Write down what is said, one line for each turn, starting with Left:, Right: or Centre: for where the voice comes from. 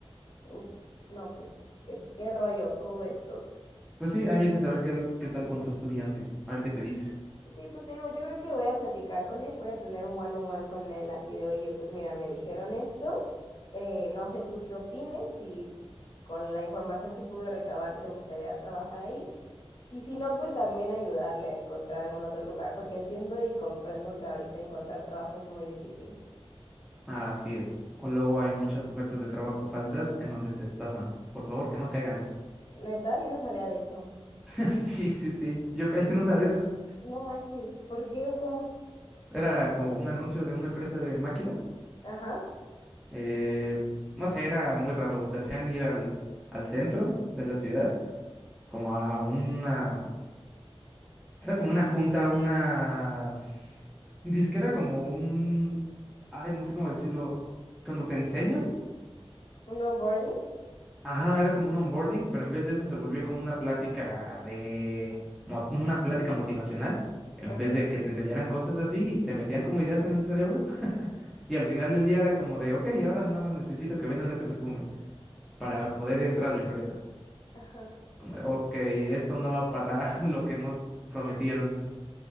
Left: Uf, no, pues, qué, qué rollo todo esto.
Centre: Pues sí, ahí me dices a ver qué, al- qué tal con tu estudiante, a ver qué te dice.
Left: Sí, pues te digo, yo creo que voy a platicar con él, voy a tener un one-on-one con él así de, oye, pues mira, me dijeron esto, eh, no sé tú qué opines, si con la información que pude recabar te gustaría trabajar ahí, y si no, pues también ayudarle a encontrar algún otro lugar, porque entiendo y comprendo que ahorita encontrar trabajo es muy difícil.
Centre: Así es. O luego hay muchas ofertas de trabajo falsas en donde te estafan. Por favor, que no caigan eso.
Left: Neta, yo no sabía de eso.
Centre: <laughs> Sí, sí, sí. Yo caí en una de esas.
Left: No manches, ¿por qué o cómo?
Centre: Era como un anuncio de una empresa de máquina.
Left: Ajá,
Centre: Eh, no sé, era muy raro. Te hacían ir al, al centro de la ciudad, como a una Era como una junta, una... Disque era como un... Ay, no sé cómo decirlo. Cuando te enseñan.
Left: un onboarding.
Centre: Ajá, era como un onboarding, pero en vez de eso se volvió como una plática de... mo- Una plática motivacional. En
Left: Ok.
Centre: vez de que te enseñaran cosas así y te metían como ideas en el cerebro. Y al final del día era como de, ok, ahora nada más necesito que vendan este perfume para poder entrar a la empresa.
Left: Ajá,
Centre: Como de, ok, esto no va para <laughs> lo que nos prometieron.